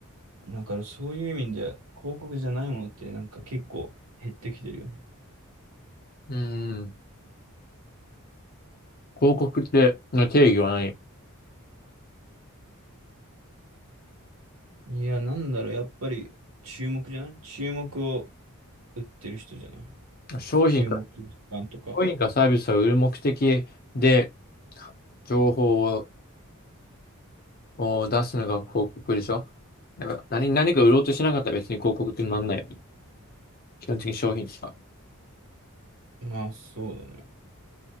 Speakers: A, on the right (about 70°); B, on the left (about 45°).
A: だからそういう意味で広告じゃないものってなんか結構減ってきてるよね。
B: うん。広告っての定義は何
A: いや、なんだろう、やっぱり注目じゃない注目を売ってる人じゃない
B: 商品か、
A: 注目感とか。
B: 商品かサービスを売る目的で情報をを出すのが広告でしょやっぱ何、何か売ろうとしなかったら別に広告ってなんないよね。基本的に商品しか。
A: まあそうだね。